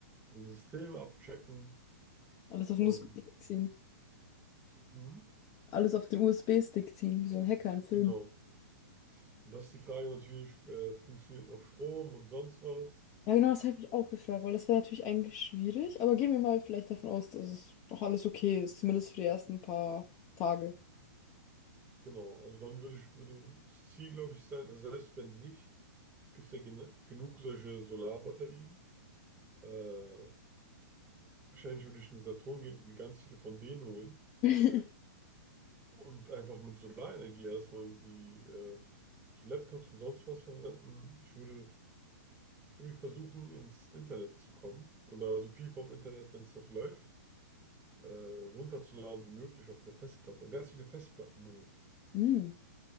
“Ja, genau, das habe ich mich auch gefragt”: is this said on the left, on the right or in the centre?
Left